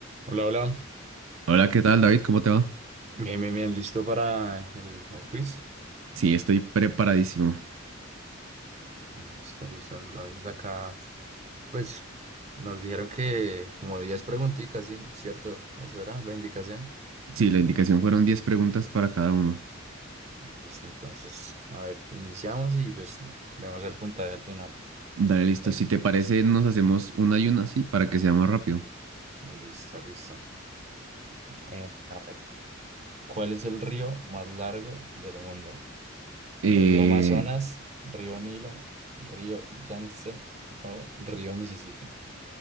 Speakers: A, on the right (about 35°); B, on the right (about 80°).
A: Hola, hola.
B: Hola, ¿qué tal, David? ¿Cómo te va?
A: Bien, bien, bien. ¿Listo para el, el quiz?
B: Sí, estoy preparadísimo.
A: Listo, listo. Entonces acá, pues, nos dijeron que como 10 preguntitas, ¿sí? ¿Cierto? Eso era la indicación.
B: Sí, la indicación fueron 10 preguntas para cada uno.
A: Listo, entonces, a ver, iniciamos y pues vemos el puntaje al final.
B: Dale, listo.
A: Eh,
B: Si te parece, nos hacemos una y una, sí, para que sea más rápido.
A: listo, listo. Eh, a ver, ¿cuál es el río más largo del mundo?
B: Eh,
A: ¿Río Amazonas, Río Nilo, Río Yangtze o Río Mississippi?